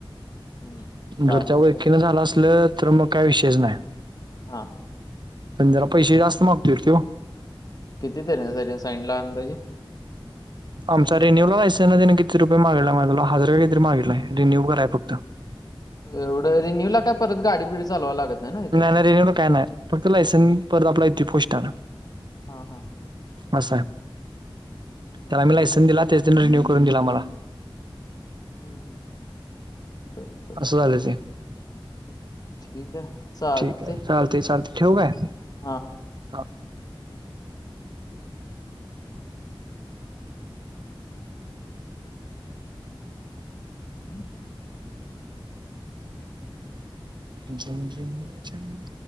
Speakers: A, on the left; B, on the right.
A: हम्म चालते
B: जर त्यावलकीच
A: बघ
B: झालं असलं तर मग काय विषयच नाही.
A: हा...
B: पण जरा पैसे जास्त मागतोय र तो...
A: किती तरी हजार सांगितला अंदाजे....
B: आमचा रिन्यू ला लायसन त्याने किती रुपये मागीतला हजार किती तर मागीतलय रिन्यू करायला फक्त....
A: एवढं रिन्यू ला काय परत गाडी बिडी चालवाव लागत नाही... ना इथं
B: नाही नाही रिन्यू ला काय नाही फक्त लायसन परत आपला येतो पोस्टान.....
A: हा हा....
B: असाय
A: हम्म, हम्म,
B: तर आम्ही लायसन दिला त्याच त्यांनी रिन्यू करून दिला आम्हाला.....
A: हम्म हम्म बरं..... बरं
B: असं झालं
A: ठीक
B: ते
A: ठीक आहे चालते
B: ठीक आहे चालते चालते ठेवू काय?
A: हा....
B: हा.
A: <unintelligible>
B: झिंंम झिंंन झंन..